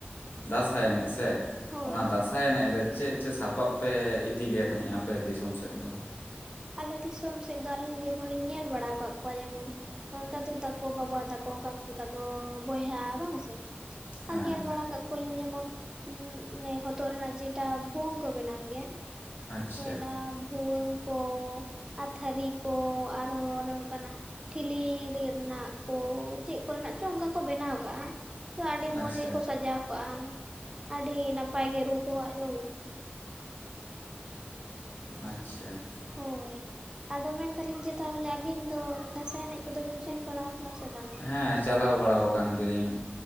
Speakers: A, on the left; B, on the right.
A: ᱫᱟᱸᱥᱟᱭ ᱮᱱᱮᱡ ᱥᱮ -ᱼ
B: ᱦᱳᱭ
A: ᱚᱱᱟ ᱫᱟᱸᱥᱟᱭ ᱮᱱᱮᱡ ᱨᱮ ᱪᱮᱫ ᱪᱮᱫ ᱥᱟᱯᱟᱵ ᱯᱮ ᱤᱫᱤᱜ ᱜᱮ ᱛᱟᱦᱮᱸ ᱟᱯᱮ ᱫᱤᱥᱚᱢ ᱥᱮᱫ ᱫᱚ?
B: ᱟᱞᱮ ᱫᱤᱥᱚᱢ ᱥᱮᱫ ᱫᱚ ᱟᱞᱤᱧ ᱡᱮᱢᱚᱱᱤᱧ ᱧᱮᱞ ᱵᱟᱲᱟ ᱟᱠᱟᱫ ᱠᱚᱣᱟ ᱡᱮᱢᱚᱱ ᱫᱟᱹᱫᱩ ᱛᱟᱠᱚ ᱵᱟᱵᱟ ᱛᱟᱠ ᱠᱟ ᱠᱩ ᱛᱟᱠᱚ ᱵᱚᱭᱦᱟ ᱵᱟᱝ ᱥᱮ
A: ᱦᱮᱸ
B: ᱟᱨ ᱧᱮᱞ ᱵᱟᱲᱟ ᱠᱟᱜ ᱠᱚᱤᱱ ᱡᱮᱢᱚᱱ ᱢᱮ ᱦᱚᱛᱚᱫ ᱨᱮᱱᱟᱜ ᱡᱮᱴᱟ ᱵᱷᱩᱣᱟᱹᱝ ᱠᱚ ᱵᱮᱱᱟᱣ ᱜᱮᱭᱟ
A: ᱟᱪᱪᱷᱟ
B: ᱦᱩᱭ ᱚᱱᱟ ᱵᱷᱩᱣᱟᱹᱝ ᱠᱚ, ᱟᱨ ᱛᱷᱟᱹᱨᱤ ᱠᱚ ᱟᱨᱚ ᱚᱱᱮ ᱚᱝᱠᱟᱱᱟᱜ ᱴᱷᱤᱞᱤ ᱨᱮ-ᱱᱟᱜ ᱠᱚ᱿ ᱪᱮᱫ ᱠᱚᱨᱮᱱᱟᱜ ᱪᱚ ᱚᱱᱠᱟ ᱠᱚ ᱵᱮᱱᱟᱣ ᱠᱟᱜᱼᱟ ᱛᱚ ᱟᱹᱰᱤ
A: ᱟᱪᱪᱷᱟ
B: ᱢᱚᱡᱽ ᱜᱮᱠᱚ ᱥᱟᱡᱟᱣ ᱠᱟᱜᱼᱟ ᱾ ᱟᱹᱰᱤ ᱱᱟᱯᱟᱭ ᱜᱮ ᱨᱩ-ᱠᱚᱣᱟᱜ ᱧᱟᱢᱚᱜᱼᱟ᱿ ᱴᱷᱮᱡ ᱾
A: ᱟᱪ-ᱪᱷᱟ ᱾
B: ᱦᱳᱭ ᱾ ᱟᱫᱚ ᱢᱮᱱᱫᱟᱞᱤᱧ ᱡᱮ ᱛᱟᱦᱞᱮ ᱟᱹᱵᱤᱱ ᱫᱚ ᱫᱟᱸᱥᱟᱭ ᱮᱱᱮᱡ ᱠᱚᱫᱚ ᱵᱤᱱ ᱥᱮᱱ ᱵᱟᱲᱟ ᱠᱟᱱᱟ ᱥᱮ ᱵᱟᱝᱟ?
A: ᱦᱮᱸ ᱪᱟᱞᱟᱣ ᱵᱟᱲᱟ ᱟᱠᱟᱱ ᱜᱮᱭᱟᱹᱧ